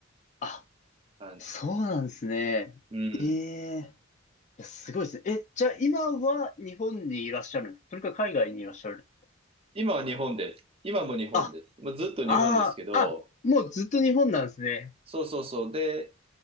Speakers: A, on the left; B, on the right.
A: あ、
B: 感じかな。
A: そうなんですね。
B: うん。
A: ええ、いやすごいですね。え、じゃあ今は日本にいらっしゃるんですかそれか海外にいらっしゃる
B: 今は日本です。今も日本です。
A: あ、
B: まあ、ずっと日本ですけど、
A: ああ、あ、もうずっと日本なんですね。
B: そうそうそう。で、